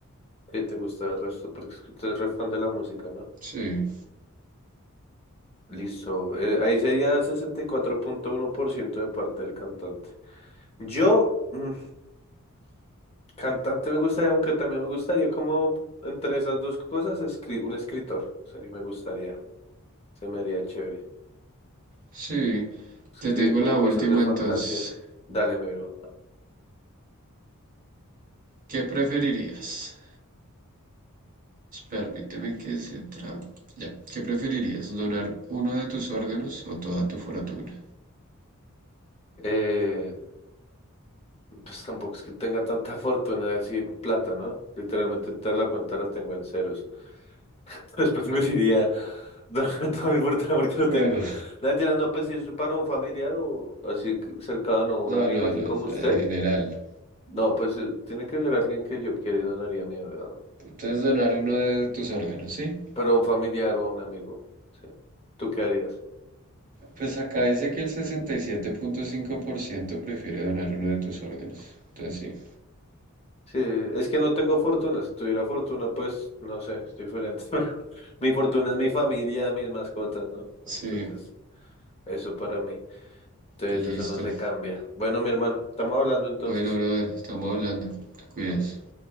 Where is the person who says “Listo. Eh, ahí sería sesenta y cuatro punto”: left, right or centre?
Left